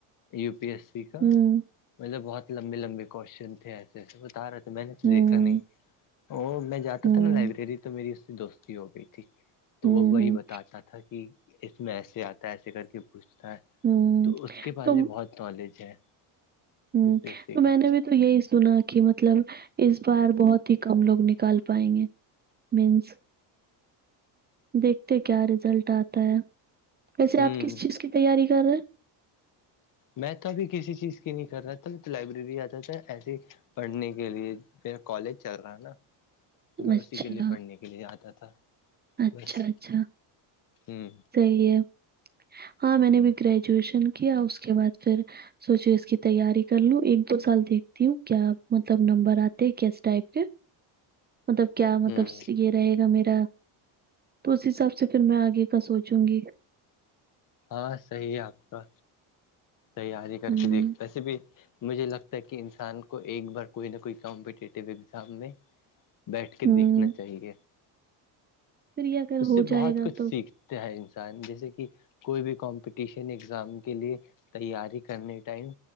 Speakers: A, on the left (about 40°); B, on the right (about 20°).
A: یو پی ایس سی کا
B: ہوں
A: مطلب بہت لمبے لمبے کوشچن تھے ایسے جیسے بتا رہا تھا میں نے تو
B: ہوں
A: دیکھا نہیں اور میں جاتا
B: ہوں
A: تھا نا لائبریری تو میری اس دوست ہو گئی تھی تو
B: ہوں
A: وہ وہی
B: ہوں
A: بتاتا تھا کہ اس میں ایسے آتا ہے ایسے کر کے پوچھتا ہے
B: ہوں
A: تو اس کے پاس
B: تو
A: بھی بہت نالج ہے
B: ہوں
A: یو پی ایس سی
B: تو
A: کا
B: میں نے بھی تو یہی سنا کہ مطلب اس بار بہت ہی کم لوگ نکال پائیں گے مینس دیکھتے کیا رزلٹ آتا ہے کیسے
A: ہوں
B: آپ کس چیز کی تیاری کر رہے
A: میں توبھی کسی چیز کی نہیں کر رہا تھا لائبریری آتا تھا ایسے پڑھنے کے لیے پا کالج چل رہا ہے نا
B: ہیں
A: تو میں
B: اچھا
A: اسی کے لیے پڑھنے کے لیے آتا تھا
B: اچھا
A: بس
B: اچھا
A: ہوں
B: صحیح ہے ہاں میں نےب گریجویشن کیا اس کے بعد پھر سوچو اس کی تیاری کر لوں ایک دو سال دیکھتی ہوں کیا مطلب نمبر آتے کس ٹائپ کے مطلب کیا مطلب
A: ہوں
B: یہ رہے گا میرا تو اس حساب سے پھر میں آگے کا سوچوں گی
A: ہاں صحیح ہے آپ کا تییاری کر
B: ہوں
A: کے دیکھ ایسے بھی مجھے لگتا تاک انسان کو ایک بار کوئی نہ کوئی کمپٹیٹیو ایگزام میں بیٹھ کے دیکھنا
B: ہوں
A: چاہیے
B: پھر یہ اگر
A: اس
B: ہو
A: سے
B: جائے
A: بہت
B: گا
A: کچھ
B: تو
A: سیکھ انسان جیسے کہ کوئی بھی کمپٹیشن ایگزام کے لیے تیاری کرنے ٹائم